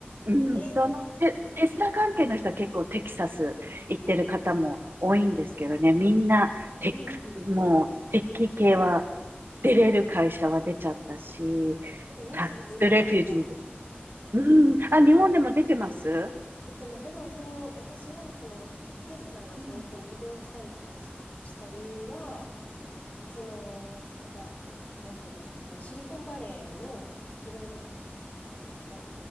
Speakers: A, on the right; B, on the left.
A: うん、
B: ー、
A: そのテ、テスラ関係の人は結構テキサス行ってる方も多いんですけどね、みんなテック、
B: うんうん。
A: もうテッキ系は出れる会社は出ちゃったし、
B: なんかニュースで見ました。
A: タックスレフュージーです。うん、あ、日本でも出てます
B: 出てます。でも、その、私は、その、テスラがそういうふうに移動したりとかし、
A: うん、
B: した理由は、その、なんか、なんていうんですか、そのシリコンバレーのいろいろな、なんていうんですか、